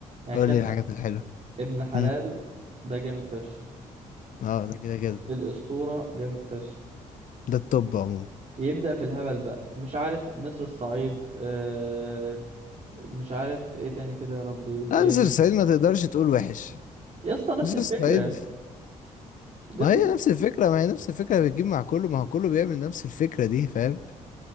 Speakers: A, on the right (about 45°); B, on the left (about 60°).
A: هنتكلم
B: قول لي الحاجات
A: عن
B: الحلوة
A: ابن حلال
B: مم.
A: ده جامد فشخ
B: اه ده كده كده
A: الاسطوره جامد فشخ
B: ده التوب عموما
A: يبدا في الهبل بقى مش عارف نسر الصعيد آه، مش عارف ايه تاني كده يا ربي
B: لا
A: إيه-
B: نزل الصعيد ما تقدرش تقول وحش
A: يا اسطى نفس
B: نزل
A: الفكره
B: الصعيد
A: نفس
B: ما هي نفس الفكرة ما هي نفس الفكرة بتجيب مع كله ما هو كله بيعمل نفس الفكرة دي فاهم